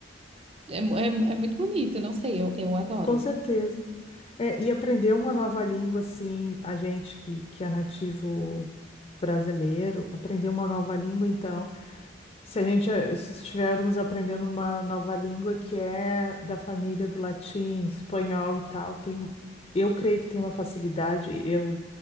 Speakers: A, on the right (about 30°); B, on the left (about 30°).
A: É, mu- é, mu- é muito bonito, não sei, eu, eu adoro.
B: Com
A: né?
B: certeza. É, e aprender uma nova língua, assim, a gente que, que é nativo brasileiro, aprender uma nova língua, então, se a gente eh, se estivermos aprendendo uma nova língua que é da família do latim, espanhol e tal, tem, eu creio que tem uma facilidade, eu